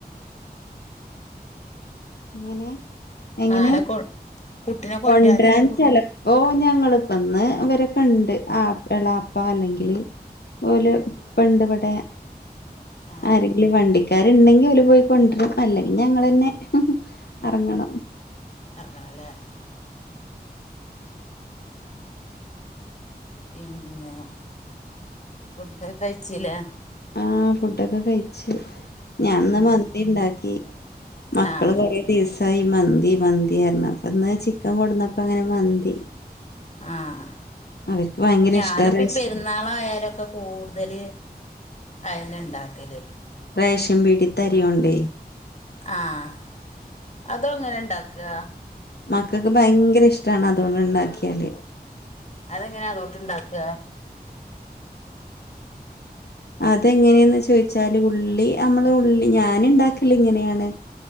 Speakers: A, on the left (about 75°); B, on the left (about 45°).
A: എങ്ങനെ എങ്ങനെ
B: ആരാ കൊ കുട്ടിനെ കൊണ്ടരാനാരാ
A: കൊണ്ടൻ
B: പോ
A: ചില ഓഹ് ഞങ്ങിപ്പന്ന് വരെ കണ്ട് ആ എളാപ്പ അല്ലെങ്കില് പോലെ പണ്ട് പടയ
B: ആഹ്
A: ആരെങ്കിലും വണ്ടിക്കാരുണ്ടെങ്കിൽ അവഓല് പോയി കൊണ്ടരും അല്ലെങ്കിൽ ഞങ്ങൾെന്നെ ഇറങ്ങണം
B: ഇറങ്ങണം അല്ലേ പിന്നെ ഫൂഡ കഴിച്ചില്ലേ
A: അഹ് ഫുഡൊക്കെ കഴിച്ചു ഞൻന്ന്
B: ഉം
A: മന്തി ഉണ്ടാക്കി മക്കള്
B: ആഹ്
A: കൊറെ ദിവസായി മന്തി മന്തി റഞ്ഞ അപ്പ ഇന്ന് ചിക്കൻ കൊടുന്നപ്പ അങ്ങനെ മന്തി
B: ആഹ്
A: അവർക്ക് ഭയങ്കര
B: ഞാനിപ്പ
A: ഇഷ്ടാ റേഷൻ
B: പെരുന്നാള ആയാലൊക്കെ കൂടുതൽ അതിനന ഉണ്ടാക്കല്
A: റേഷം പിടിത്തരി ഉണ്ടേ
B: ആഹ് അതും അങ്ങനെ ഉണ്ടാക്കുക
A: മക്കൾക്ക് ഭയങ്കര ഇഷ്ടമാണ് അതുകൊണ്ട് ഉണ്ടാക്കിയാൽ
B: അതെങ്ങനാ അതോട്ട്ണ്ടാക്കുക
A: അതെങ്ങനെയന്ന് ചോദിച്ചാല് ഉള്ളി നമ്മള് ഉള്ളി ഞൻ ഉണ്ടാക്കല ഇങ്ങനെയാണ്